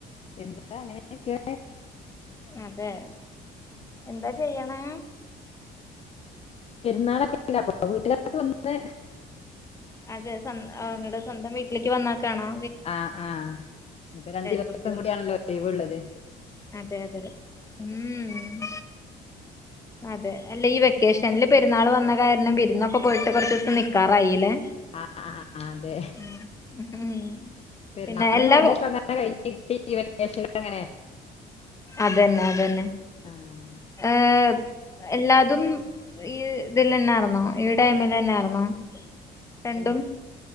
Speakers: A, on the left; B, on the left.
A: എന്താ അങ്ങനെയക്ക
B: അതെ എന്താ ചെയ്യാണേ
A: പെരുന്നാളൊക്കെല്ല അപ്പൊ വീട്ടിലോട്ട് വന്ന്
B: അതെ നിങ്ങളടെ സ്വന്തം വീട്ടിലേക്ക് വന്നക്കണോ
A: ആഹ് ആഹ് ഇനിപ്പോ രണ്ടു ദിവസം
B: കുട്ടികൾ
A: കൂടി ആണല്ലോ ലീവ് ഉള്ളത്
B: അതെ അതെ ഉം
A: <inaudible>
B: അതെ അല്ലേ ഈ വെക്കേഷനിൽ പെരുന്നാൾ വന്ന കാരണം വിരുന്നൊക്കെ പോയിട്ട് കൊറച്ച്വസം നിക്കാറായില്ലേ
A: ആ ആഹ് അതെ
B: ഉം
A: പെരുന്നാള്
B: പിന്നെ എല്ലാ
A: നോമ്പോക്കെ അങ്ങനെ കഴിഞ്ഞ്കിട്ടി വെേക്കെഷൻ അങ്ങനെ
B: അതന്നെ അതന്നെ
A: ആഹ്
B: ഏഹ് എല്ലാതും ഈ ഇതിൽന്നെർന്നോ ഈ ടൈമിലെന്നാർന്നോ രണ്ടും
A: എങ്ങനെ